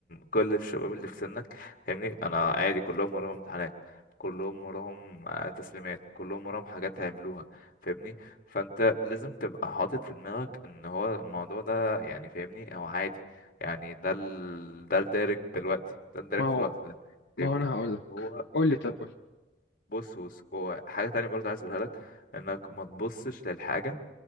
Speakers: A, on the left; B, on the left.
A: كل الشباب اللي في سنك فاهمني أنا عادي كلهم وراهم امتحانات كلهم وراهم آه، تسليمات كلهم وراهم حاجات هيعملوها فاهمني فانت لازم تبقى حاطط في دماغك ان هو الموضوع ده يعني فاهمني او عادي يعني ده ال... ده الدارج دلوقتي ده الدارج
B: ما هو
A: في الوقت ده فاهمني
B: ما هو انا هقول لك
A: وهو
B: قول لي
A: انت
B: طب
A: م-
B: قول
A: بص بص هو حاجة تانية برضه عايز اقولها لك انك ما تبصش للحاجة